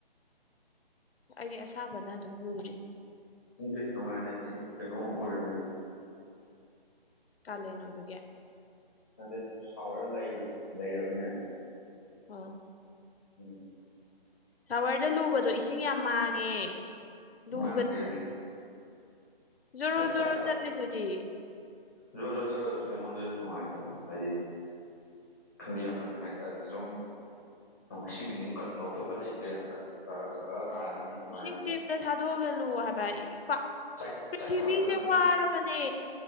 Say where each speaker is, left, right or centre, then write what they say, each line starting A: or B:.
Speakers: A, on the left; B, on the left.
A: ꯑꯩꯗꯤ ꯑꯁꯥꯕꯅ ꯑꯗꯨꯝ ꯂꯨꯔꯤ꯫
B: ꯅꯥꯇꯦ ꯅꯨꯡꯉꯥꯏ ꯍꯥꯏꯕꯗꯤ ꯀꯩꯅꯣ ꯑꯣꯏꯔꯅꯤ꯫
A: ꯀꯥꯂꯦꯟ ꯑꯣꯏꯕꯒꯤ꯫
B: ꯅꯠꯇꯦ ꯁꯥꯋꯔ ꯂꯩ ꯂꯩꯔꯕꯅꯤꯅ꯫
A: ꯑꯥ
B: ꯎꯝ
A: ꯁꯥꯋꯔꯗ ꯂꯨꯕꯗꯣ ꯏꯁꯤꯡ ꯌꯥꯝ ꯃꯥꯡꯉꯦ꯫ ꯂꯨꯒꯅꯨ
B: ꯃꯥꯡꯗꯦ꯫
A: ꯖꯣꯔꯣ ꯖꯣꯔꯣ
B: ꯆꯥꯏꯊꯕ
A: ꯆꯠꯂꯤꯗꯨꯗꯤ꯫
B: ꯖꯣ ꯖꯣ ꯆꯠꯂꯁꯨ ꯑꯩꯉꯣꯟꯗ ꯅꯨꯡꯉꯥꯏ ꯍꯥꯏꯗꯤ, ꯈꯪꯗꯦ ꯌꯥꯝ ꯅꯨꯡꯉꯥꯏ ꯍꯥꯏꯇꯥꯔꯦ ꯖꯨꯝ ꯏꯁꯤꯡ ꯑꯃꯨꯛ ꯀꯟꯕ ꯈꯣꯠꯄ ꯂꯩꯗ꯭ꯔꯦꯗꯅ ꯇꯛꯇꯔ ꯖꯔ ꯖꯔ ꯇꯥꯔꯛꯑꯅꯤ꯫ ꯅꯨꯡꯉꯥꯏꯔꯗꯤ
A: ꯏꯁꯤꯡ ꯇꯦꯞꯇ ꯊꯥꯗꯣꯛꯑꯒ ꯂꯨ ꯍꯥꯏꯕ
B: ꯆꯥꯏ
A: ꯄ꯭ꯔꯤꯊꯤꯕꯤꯁꯦ
B: ꯆꯥꯏꯊꯕꯗꯣ
A: ꯋꯥꯔꯕꯅꯦ꯫